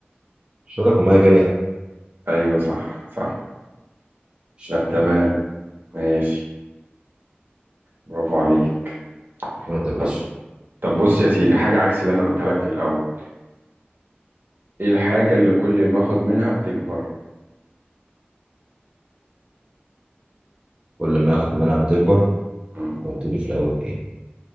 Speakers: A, on the right (about 25°); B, on the right (about 55°).
A: مش قلت لك الميه جاريه
B: ايوه صح صح
A: شت،
B: لا تمام ماشي برافو عليك
A: وهات يا باشا
B: طب طب بص يا سيدي حاجة عكس اللي انا قلتها لك في الاول ايه الحاجة اللي كل ما اخد منها بتكبر
A: كل ما اخد منها بتكبر
B: مم.
A: انت قلت لي في الاول ايه